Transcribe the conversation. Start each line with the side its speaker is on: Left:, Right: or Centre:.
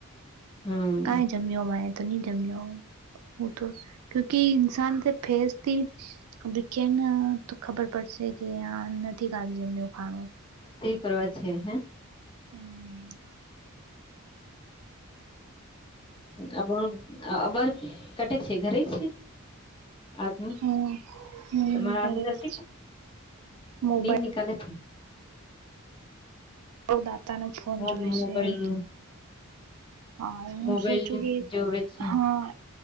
Left: હમ
Right: કઈ જમ્યો તો નહી જમ્યો હ તો ક્યુકી ઇસાન તે ફેસથી દખ્યા ના તો ખબર પડશે છે કે આ નથી ખાધૂજ એમને ખાણું
Left: સ પરવા છે હે
Right: હમ
Left: અ અ બાર કટ છે ઘરે છે આજનું
Right: હમ હમ
Left: તમારા
Right: ઘરે
Left: આજનું તરપી
Right: જ
Left: છે
Right: મોબાઈલ
Left: નીદ નિકાલે છે
Right: બ દાતા નો ફોન
Left: મો
Right: જોય છે
Left: મોબાઈલ
Right: એમ તો હા હું
Left: મોબાઈલ
Right: સોચું કે
Left: જોવે છે
Right: હા